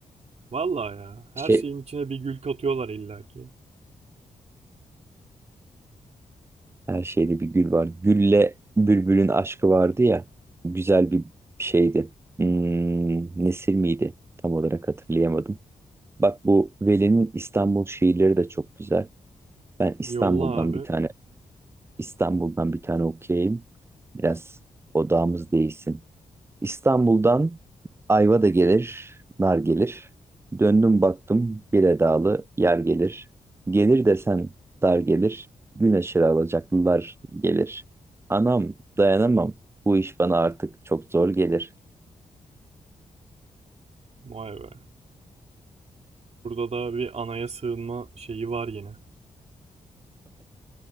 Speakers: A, on the right; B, on the right.
A: Vallahi ya, her
B: Şey,
A: şeyin içine bir gül katıyorlar illaki.
B: her şeyde bir gül var. Gülle bülbülün aşkı vardı ya. Güzel bir şeydi. Hmm, Nesir miydi? Tam olarak hatırlayamadım. Bak bu Veli'nin İstanbul şiirleri de çok güzel. Ben İstanbul'dan
A: Yolla abi.
B: bir tane İstanbul'dan bir tane okuyayım. Biraz odağımız değişsin. İstanbul'dan ayva da gelir, nar gelir. Döndüm baktım bir edalı yer gelir. Gelir desen dar gelir, güneşe alacaklılar gelir. Anam dayanamam, bu iş bana artık çok zor gelir.
A: Vay be. Burada da bir anaya sığınma şeyi var yine.